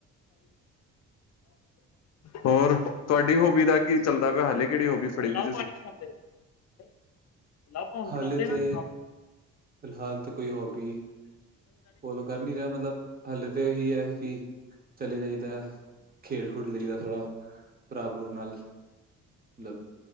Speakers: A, on the left; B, on the right.
A: ਹੋਰ। ਹੋਰ ਤੁਹਾਡੀ ਹੋਬੀ ਦਾ ਕੀ ਚੱਲਦਾ ਪਿਆ । ਹਾਲੇ ਕਿਹੜੀ ਹੋਬੀ ਫੜੀ ਵੀ ਤੁਸੀਂ । ਲ ਭੌਣ
B: ਹਾਲੇ
A: ਘਟਾਦੇ ਨਾ
B: ਤੇ
A: ।
B: ਫਿਲਹਾਲ ਤਾਂ ਕੋਈ ਹੋਬੀ । ਫੋਲੋ ਕਰ ਨੀ ਰਿਹਾ ਮਤਲਬ ਹਲੇ ਤਾਂ ਇਹੀ ਹੈ ਕਿ । ਚਲੇ ਜਾਈਦਾ । ਖੇਡ ਖੂਡ ਲਈ ਦਾ ਥੋੜ੍ਹਾ ਭਰਾ ਭ੍ਰੂ ਨਾਲ । ਮਤਲਬ